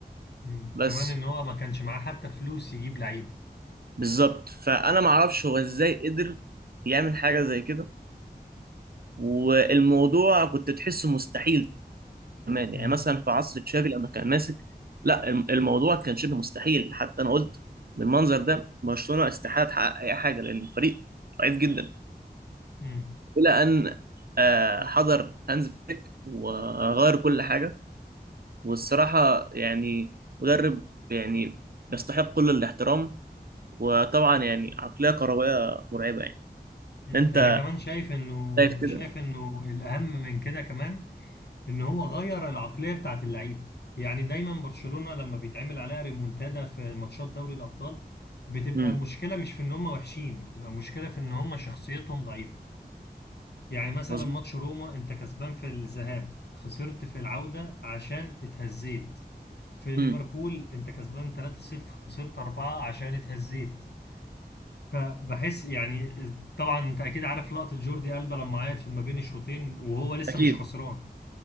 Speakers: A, on the left; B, on the right.
A: مم.
B: بس
A: كمان ان هو ما كانش معاه حتى فلوس يجيب لعيب
B: بالظبط فانا ما اعرفش هو ازاي قدر يعمل حاجه زي كده والموضوع كنت تحسه مستحيل كمان
A: مم.
B: يعني مثلا في عصر تشافي لما كان ماسك لا الم- الموضوع كان شبه مستحيل حتى انا قلت بالمنظر ده برشلونه استحاله تحقق اي حاجه لان الفريق ضعيف جدا
A: مم.
B: الى ان آه، حضر هانز فليك وغير كل حاجه والصراحه يعني مدرب يعني يستحق كل الاحترام وطبعا يعني عقليه كرويه مرعبه يعني
A: مم.
B: انت
A: انا كمان شايف انه
B: شايف كده
A: شايف انه الاهم من كده كمان ان هو غير العقليه بتاعت اللعيبه يعني دايما برشلونه لما بيتعمل عليها ريمونتادا في ماتشات دوري الابطال بتبقى
B: امم
A: مشكله مش في ان هم وحشين بتبقى مشكله في ان هم شخصيتهم ضعيفه يعني مثلا
B: مظبوط
A: ماتش روما انت كسبان في الذهاب خسرت في العوده عشان اتهزيت في ليفربول
B: امم
A: انت كسبان 3-0 خسرت 4 عشان اتهزيت فبحس يعني طبعا انت اكيد عارف لقطة جوردي ألبا لما عيط في ما بين الشوطين وهو لسه
B: اكيد
A: مش خسران